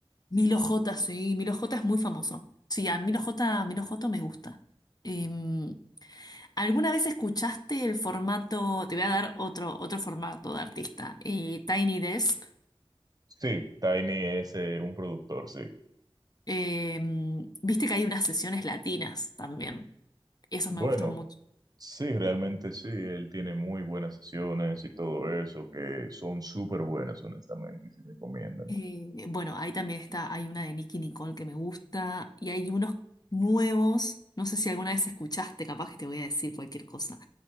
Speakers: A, on the left (about 45°); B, on the right (about 40°).
A: Milo J, sí, Milo J es muy famoso. Sí, a Milo J, Milo J me gusta. Em, ¿Alguna vez escuchaste el formato? Te voy a dar otro, otro formato de artista, eh, Tiny Desk.
B: Sí, Tiny es eh, un productor, sí.
A: Eh, viste que hay unas sesiones latinas también. eso
B: Bueno,
A: me gustan mucho.
B: sí, realmente sí, él tiene muy buenas sesiones y todo eso, que son súper buenas, honestamente, y se recomiendan.
A: Eh, bueno, ahí también está, hay una de Nicki Nicole que me gusta y hay unos nuevos, no sé si alguna vez escuchaste, capaz que te voy a decir cualquier cosa.